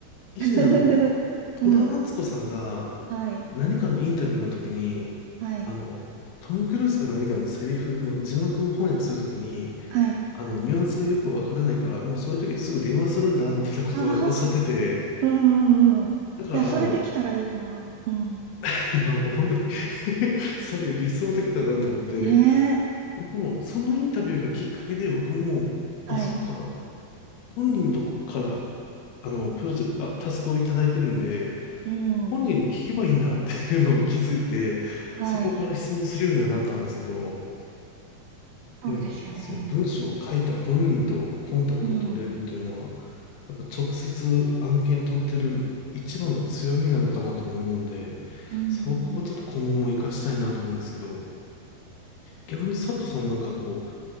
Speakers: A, on the left (about 80°); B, on the right (about 80°).
A: 以前あの、
B: <laughs>
A: 戸田夏子さんが
B: うん。はい。
A: 何かのインタビューの時に、
B: はい。
A: あの、トム・クルーズか何かのセリフの字幕を翻訳するときに、
B: はい。
A: あの、ニュアンスがよくわからないから、もうそういう時はすぐ電話するんだ、みたいなことをおっしゃってて、
B: ああ。うんうんうん。いや、
A: だから、
B: それできたらいいな。
A: あの、
B: うん。
A: <laughs> いや、もう本当に <laughs> それ理想的だなと思って、
B: ねえ。
A: 僕も、そのインタビューがきっかけで、僕も、
B: はい。
A: あ、そっか、本人とこから、あの、プロジェ、あ、タスクをいただいてるんで、
B: うん。
A: 本人に聞けばいいんだ <laughs> っていうのを気づいて、
B: はい。
A: そこから質問するようにはなったんですけど、
B: そうですよね。
A: でも、その文章を書いた本人とコンタクトを取れるっていうのは、
B: うん。
A: やっぱ直接案件取ってる一番の強みなのかなとも思うんで、
B: うん。
A: そこはちょっと今後も活かしたいなと思うんですけど、逆に佐藤さんはなんかこ